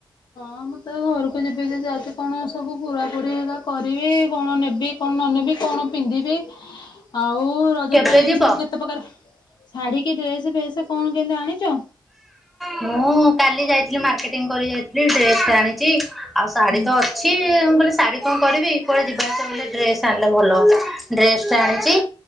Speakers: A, on the left; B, in the centre.
A: ହଁ ମୁଁ ତ ଘରକୁ ଯେବେ ଯ କଣ ସବୁ ପୁରାପୁରି କରିବି କଣ ନେବି କଣ ନନେବି କଣ ପିନ୍ଧିବି ଆଉ ରଜ
B: କେବେ
A: ପାଇଁ
B: ଯିବ?
A: ସବୁ କେତେ ପ୍ରକାର ଶାଢୀ କି ଡ୍ରେସ ଫେସ କଣ କେମନ୍ତୁ ଆଣିଛ।
B: ମୁଁ କାଲି ଯାଇଥିଲି ମାର୍କେଟିଂ କରି ଯାଇଥିଲି ଡ୍ରେସ ଟା ଆଣିଛି ଆଉ ଶାଢୀ
A: ହୁଁ
B: ତ ଅଛି ମୁଁ କହିଲି ଶାଢୀ କଣ କରିବି କୁଆଡେ ଯିବା ଆସିବା ଗଲେ ଡ୍ରେସ ଆଣିଲେ ଭଲ ଡ୍ରେସ ଟେ ଆଣିଛି।